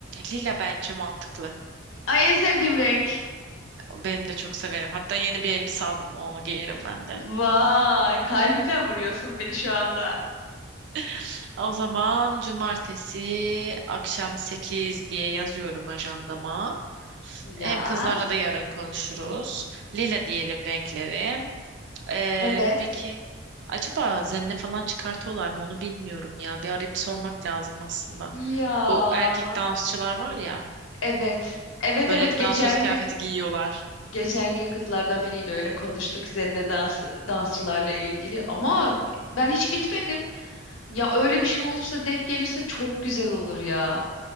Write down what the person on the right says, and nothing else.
lila bence mantıklı.
Benim de çok severim. Hatta yeni bir elbise aldım. Onu giyerim ben de.
<laughs> O zaman cumartesi akşam 8 diye yazıyorum ajandama. Hem
kızlarla da yarın konuşuruz. Lila diyelim renkleri. Ee,
peki acaba zenne falan çıkartıyorlar mı onu bilmiyorum ya. Bir arayıp sormak lazım aslında.
Bu erkek dansçılar var ya
böyle
dansöz kıyafeti
giyiyorlar.